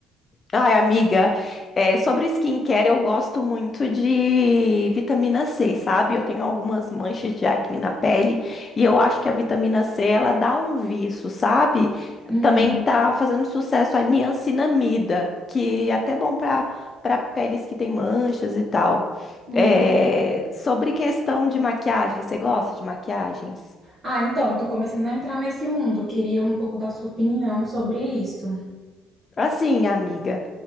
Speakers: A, on the left (about 35°); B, on the right (about 35°).
A: Ai, amiga, é, sobre skincare, eu gosto muito de vitamina C, sabe? Eu tenho algumas manchas de acne na pele e eu acho que a vitamina C, ela dá um viço, sabe?
B: Uhum.
A: Também tá fazendo sucesso a niacinamida, que é até bom para para peles que têm manchas e tal.
B: Hum.
A: É, sobre questão de maquiagem, você gosta de maquiagens?
B: Ah, então, tô começando a entrar nesse mundo. Eu queria um pouco da sua opinião sobre isso.
A: Assim, amiga.